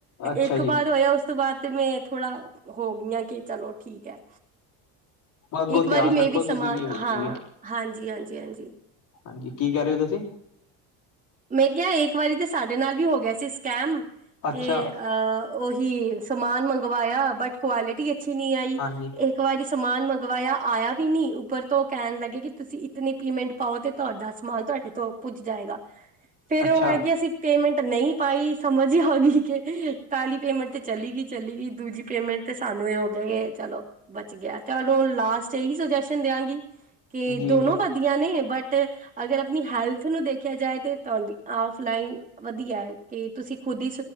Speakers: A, on the left; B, on the right.
A: ਅੱਛਾ
B: ਇੱਕ
A: ਜੀ,
B: ਵਾਰ ਹੋਇਆ ਉਸ ਤੋਂ ਬਾਅਦ ਤੇ ਮੈਂ ਥੋੜਾ ਹੋ ਗਈ ਹਾਂ ਕਿ ਚਲੋ ਠੀਕ ਹੈ
A: ਅੱਗੋਂ
B: ਇੱਕ ਵਾਰੀ
A: ਧਿਆਨ
B: ਮੈਂ
A: ਰੱਖੋ
B: ਵੀ
A: ਤੁਸੀਂ
B: ਸਮਾਨ
A: ਹੋਰ
B: ਹਾਂ,
A: ਕੀ ਹੈ
B: ਹਾਂਜੀ ਹਾਂਜੀ ਹਾਂਜੀ।
A: ਹਾਂਜੀ, ਕੀ ਕਹਿ ਰਹੇ ਹੋ ਤੁਸੀਂ?
B: ਮੈਂ ਕਿਹਾ ਇੱਕ ਵਾਰੀ ਤੇ ਸਾਡੇ ਨਾਲ ਵੀ ਹੋ ਗਿਆ ਸੀ ਸਕੈਮ,
A: ਅੱਛਾ,
B: ਤੇ ਅ ਉਹ ਕਿ ਸਮਾਨ ਮੰਗਵਾਇਆ ਬਟ ਕੁਆਲਿਟੀ ਅੱਛੀ ਨਹੀਂ ਆਈ,
A: ਹਾਂਜੀ,
B: ਇੱਕ ਵਾਰੀ ਸਮਾਨ ਮੰਗਵਾਇਆ ਆਇਆ ਵੀ ਨੀ ਉੱਪਰ ਤੋਂ ਕਹਿਣ ਲੱਗੇ ਕਿ ਤੁਸੀਂ ਇਤਨੀ ਪੇਮੈਂਟ ਪਾਉ ਤੇ ਤੁਹਾਡਾ ਸਮਾਨ ਤੁਹਾਡੇ ਤੋਂ ਪੁੱਜ ਜਾਏਗਾ। ਫੇਰ
A: ਅੱਛਾ।
B: ਉਹ ਹੈਗੀ ਅਸੀਂ ਪੇਮੈਂਟ ਨਹੀਂ ਪਾਈ, ਸਮਝ ਹੀ ਆ ਗਈ ਕਿ ਖਾਲੀ ਪੇਮੈਂਟ ਤੇ ਚਲੀ ਗਈ। ਚਲੀ ਗਈ, ਦੂਜੀ ਪੇਮੈਂਟ ਤੇ ਸਾਨੂੰ ਇਹ ਹੋ ਗਿਆ ਕਿ ਚਲੋ ਬਚ ਗਿਆ, ਚਲ ਹੁਣ ਲਾਸਟ ਇਹੀ ਸੁਜੈਸ਼ਨ ਦਿਆਗੀ, ਕਿ
A: ਜੀ,
B: ਦੋਨੋ
A: ਜੀ,
B: ਵਧੀਆ ਨੇ ਬਟ ਅਗਰ ਆਪਣੀ ਹੈਲਥ ਨੂੰ ਦੇਖ ਦੇਖਿਆ ਜਾਏ ਤੇ ਤੁਹਾਡੀ ਆਫਲਾਈਨ ਵਧੀਆ ਹੈ, ਕਿ ਤੁਸੀਂ ਖੁਦ ਹੀ